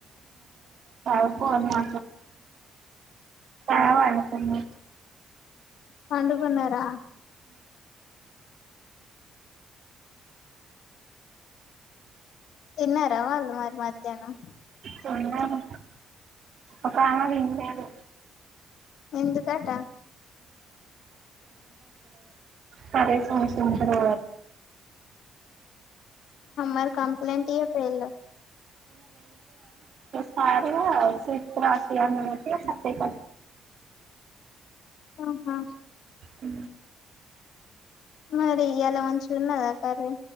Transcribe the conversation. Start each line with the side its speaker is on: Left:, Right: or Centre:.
Right: అ మా కా వాళన్నా
Left: పండుకున్నారా తిన్నారా వాళ్ళ మరి మధ్యాహ్నం
Right: తిన్నారు ఒక ఆమె తినలేదు
Left: ఎందు కట
Right: సరే స స జరు
Left: మ కంప్లంట్ ఇయ పలో
Right: సార శప్పు అస సఫ
Left: ఆహా
Right: ఉ
Left: మరి ఎలా మంచిగా ఉన్నదా కర్రీ